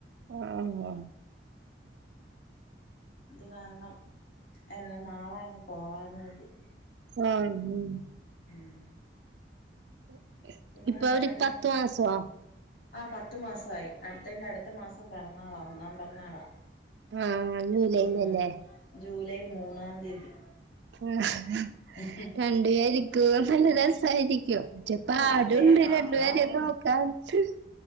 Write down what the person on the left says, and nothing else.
ഇത് കാരണം എന്ന നാളെ അങ്ങ് പോകാന്ന് കരുതി
ഉം
പിന്നെ
വേറെഞാണ്ട്,
ആ പത്തു മാസയി അടുത്തന്റെ അടുത്ത മാസം പിറന്നാളാ ഒന്നാം പിറന്നാളാ
ഉം ജൂലൈ മൂന്നാം തീയതി
ഇ <inaudible>
അതെ ആണോന്നോ